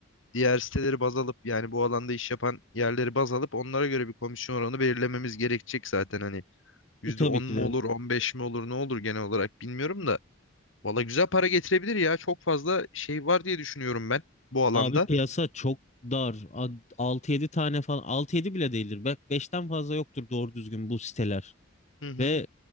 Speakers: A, on the left (about 70°); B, on the left (about 35°).
A: diğer siteleri baz alıp yani bu alanda iş yapan yerleri baz alıp onlara göre bir komisyon oranı belirlememiz gerekecek zaten hani yüzde
B: E, tabii
A: on
B: ki
A: mu
B: de.
A: olur 15 mi olur ne olur genel olarak bilmiyorum da Valla güzel para getirebilir ya. Çok fazla şey var diye düşünüyorum ben bu alanda.
B: Abi piyasa çok dar. A- 6-7 tane falan altı yedi bile değildir. Bak 5'ten fazla yoktur doğru düzgün bu siteler.
A: Hı hı.
B: Ve